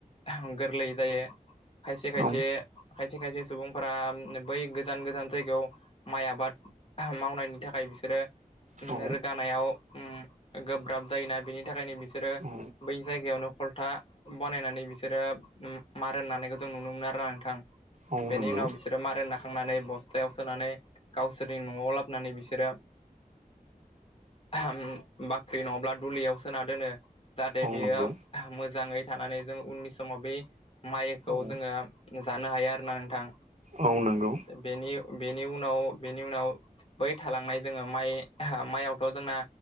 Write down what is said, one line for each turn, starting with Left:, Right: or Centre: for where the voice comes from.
Left: आह गोरलै जायो खायसे खायसे
Right: औ
Left: खायसे खायसे सुबुंफोरा बै गोजान गोजान जायगायाव माइ आबाद <unintelligible> मावनायनि थाखाय बिसोरो
Right: औ
Left: रोगानायाव उम गोब्राब जायोना बेनि थाखायनो बिसोरो
Right: औ
Left: बै जायगायावनो खलथा बनायनानै बिसोरो मार होनानायखौ जों नुनो मोनो आरोना नोंथां
Right: औ
Left: बेनि
Right: नंगौ
Left: उनाव बिसोरो मारोना खांनानै बस्थायाव सोनानै गावसोरनि न'आव लाबोनानै बिसोरो <unintelligible> बाख्रि नङाब्ला दुलियाव सोना दोनो जाहाते
Right: औ
Left: बियो
Right: नंगौ
Left: मोजाङै थानानै जों उननि समाव बे माइखौ
Right: औ
Left: जोङो जानो हायो आरोना नोंथां
Right: औ नंगौ
Left: बेनि बेनि उनाव बेनि उनाव बै थालांनाय जोङो माइ माइयावथ' जोंना